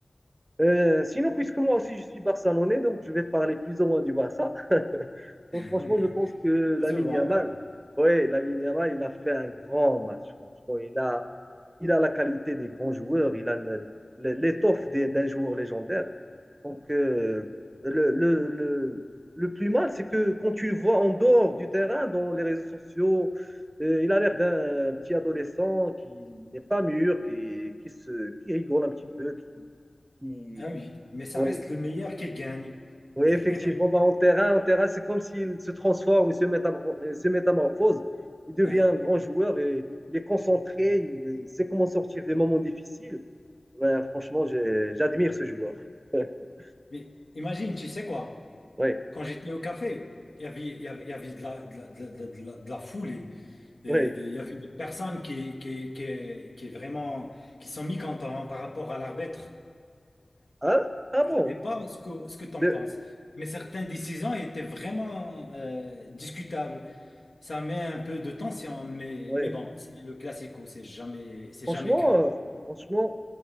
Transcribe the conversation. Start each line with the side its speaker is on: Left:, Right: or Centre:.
Right: Euh, sinon, puisque moi aussi je suis barcelonais, donc je vais parler plus ou moins du Barça.
Left: <laughs>
Right: Donc, franchement, je pense que
Left: Ça
Right: Lamine
Left: se voit.
Right: Yamal, ouais, Lamine Yamal, il a fait un grand match, franchement. Il a, il a la qualité des grands joueurs, il a le- le- l'étoffe des- d'un joueur légendaire. Donc, euh, le, le, le, le plus mal, c'est que quand tu le vois en dehors du terrain, dans les réseaux sociaux, euh, il a l'air d'un petit adolescent qui n'est pas mûr, qui, qui, se, qui rigole un petit peu, qui, qui,
Left: Ah oui, mais ça
Right: ouais,
Left: reste le meilleur qui gagne.
Right: oui,
Left: <laughs>
Right: effectivement, bah, en terrain, en terrain, c'est comme s'il se transforme, il se métamor- euh, se métamorphose, il devient
Left: Ah,
Right: un grand joueur, et, il est concentré, il, est- il sait comment sortir des moments difficiles. Ben franchement, j'ai- j'admire ce joueur. <laughs>
Left: Mais imagine, tu sais quoi?
Right: Oui,
Left: Quand j'étais au café, il y avait, il y avait, il y avait de la, de la, de la, de la- de la- de la foule et, et
Right: oui.
Left: il y avait des personnes qui, qui, qui, qui vraiment, qui sont mécontentes par rapport à l'arbitre.
Right: Ah, ah
Left: Je
Right: bon?
Left: ne sais pas ce que, ce que tu en
Right: De-
Left: penses, mais certaines décisions étaient vraiment euh, discutables. Ça met un peu de tension, mais,
Right: ouais.
Left: mais bon, c'est le classico, c'est jamais, c'est
Right: Franchement,
Left: jamais calme.
Right: euh, franchement,